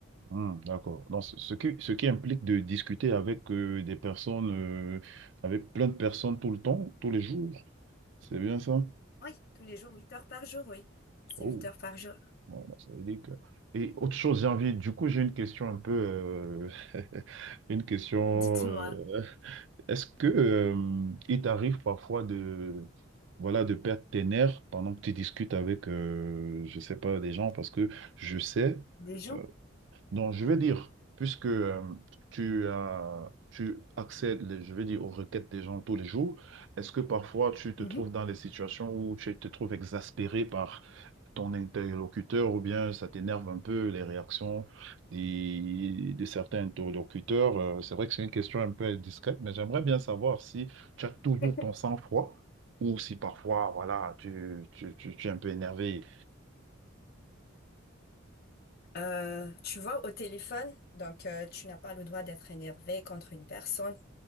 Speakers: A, on the right; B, on the left.
A: hum, d'accord. Donc, ce ce qui, ce qui implique de discuter avec euh, des personnes euh, avec plein de personnes tout le temps, tous les jours, C'est bien ça?
B: Oui, tous les jours, 8 heures par jour, oui. C'est
A: Oh,
B: 8 heures par jour.
A: voilà, ça veut dire que... Et autre chose, j'ai envie, du coup, j'ai une question un peu, euh, <laughs> une question,
B: Dites-moi,
A: euh, est-ce que euh, il t'arrive parfois de, voilà, de perdre tes nerfs pendant que tu discutes avec, euh, je sais pas, des gens, parce que je sais,
B: des gens?
A: euh, donc je veux dire, puisque euh, tu as, tu accèdes, les- je veux dire, aux requêtes des gens tous les jours, est-ce que parfois tu te
B: Mhm.
A: trouves dans des situations où tu te trouves exaspéré par ton interlocuteur ou bien ça t'énerve un peu les réactions des- de certains interlocuteurs. Euh, C'est vrai que c'est une question un peu discrète, mais j'aimerais bien savoir si tu as toujours
B: <laughs>
A: ton sang-froid ou si parfois, voilà, tu, tu, tu- tu es un peu énervé.
B: Euh, tu vois, au téléphone, donc euh, tu n'as pas le droit d'être énervé contre une personne.